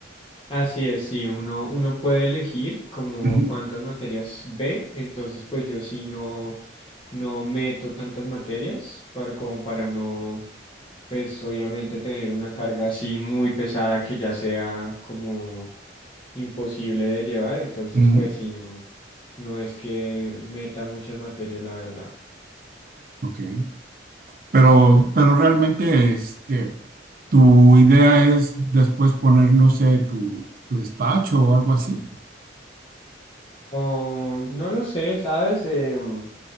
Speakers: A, on the left; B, on the right.
A: así es, sí, uno, uno puede elegir como
B: Ujú,
A: cuántas materias ve, entonces pues yo sí no. no meto tantas materias para, como para no, pues obviamente tener una carga así muy pesada que ya sea como imposible de llevar. Entonces,
B: ujú,
A: pues sí, no, no es que meta muchas materias, la verdad.
B: ok. Pero,
A: Sí, total.
B: pero realmente, este, tu idea es después poner, no sé, tu, tu despacho o algo así.
A: O, no lo sé, ¿sabes? Em,